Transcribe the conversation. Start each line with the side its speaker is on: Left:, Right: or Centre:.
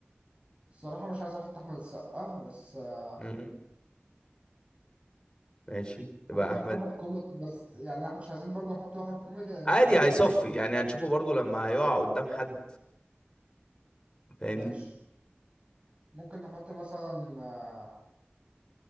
Right: الصراحة مش عايز أحط أحمد السقا بس آه،
Left: امم ماشي يبقى
Right: ممكن نحط
Left: احمد
Right: واحد كوميدي بس يعني إحنا مش عايزين برضو نحط واحد كوميدي لأن
Left: عادي
Right: الكوميديان
Left: هيصفي
Right: كو-
Left: يعني هنشوفه برضو لما هيقع قدام حد فاهمني
Right: ماشي ممكن نحط مثلا آه،